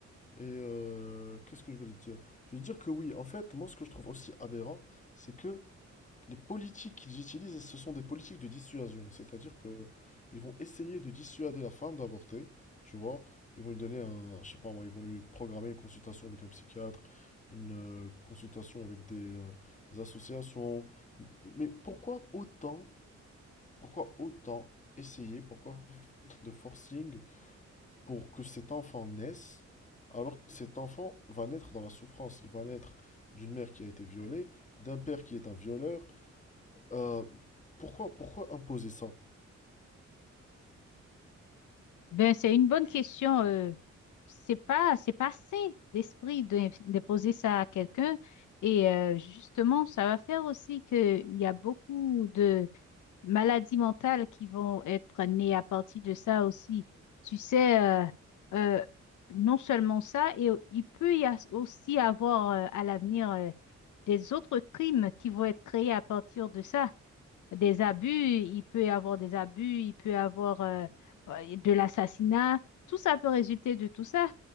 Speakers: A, on the left; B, on the left.
A: Et euh, qu'est-ce que je voulais te dire? Je veux dire que oui, en fait, moi, ce que je trouve aussi aberrant, c'est que Les politiques qu'ils utilisent, ce sont des politiques de dissuasion, c'est-à-dire que ils vont essayer de dissuader la femme d'avorter, tu vois. Ils vont lui donner un, je sais pas moi, ils vont lui programmer une consultation avec un psychiatre, une euh, consultation avec des euh, associations. Mais pourquoi autant, pourquoi autant essayer, pourquoi faire de forcing pour que cet enfant naisse, alors que cet enfant va naître dans la souffrance, il va naître d'une mère qui a été violée, d'un père qui est un violeur euh, pourquoi, pourquoi imposer ça?
B: Ben, c'est une bonne question. euh, c'est pas, c'est pas sain d'esprit de, de poser ça à quelqu'un. Et euh, justement, ça va faire aussi qu'il y a beaucoup de maladies mentales qui vont être nées à partir de ça aussi. Tu sais, euh, euh, non seulement ça, et il peut y a- aussi avoir euh, à l'avenir euh, des autres crimes qui vont être créés à partir de ça. Des abus, il peut y avoir des abus, il peut y avoir euh, euh, de l'assassinat. Tout ça peut résulter de tout ça.